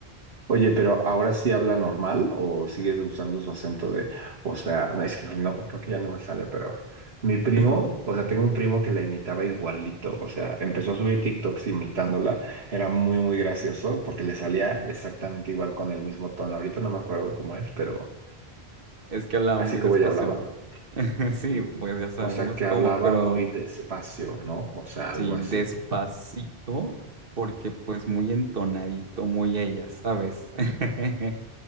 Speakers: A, on the right (about 80°); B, on the right (about 60°).
A: Oye, pero ahora sí habla normal o sigues usando su acento de, o sea, <laughs> no, es que no, creo que ya no me sale, pero mi primo,
B: <laughs>
A: o sea, tengo un primo que la imitaba igualito, o sea, empezó a subir TikToks imitándola, era muy, muy gracioso porque le salía exactamente igual con el mismo tono. Ahorita no me acuerdo cómo es, pero
B: Es que hablaba
A: así
B: muy
A: como
B: despacio.
A: ella hablaba,
B: <laughs> Sí,
A: sí.
B: pues ya sabemos
A: O sea, que
B: cómo,
A: hablaba
B: pero
A: muy despacio, ¿no? O sea, algo
B: sí,
A: así.
B: despacito, porque pues muy entonadito, muy ella, ¿sabes? <laughs>